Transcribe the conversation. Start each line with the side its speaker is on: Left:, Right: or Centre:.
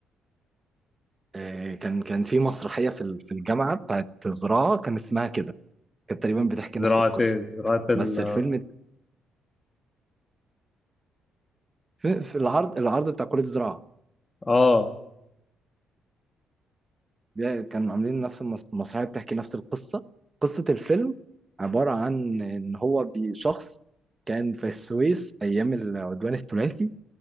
Right: آه، كان كان في مسرحيه في ال- في الجامعه بتاعت الزراعه كان اسمها كده كانت تقريبا بتحكي
Left: زراعة
Right: نفس القصه
Left: إيه؟ زراعة ال
Right: بس الفيلم في, في العرض العرض بتاع كليه الزراعه
Left: آه
Right: ده كانوا عاملين نفس المس- المسرحيه بتحكي نفس القصه قصه الفيلم عباره عن ان هو بشخص كان في السويس ايام العدوان الثلاثي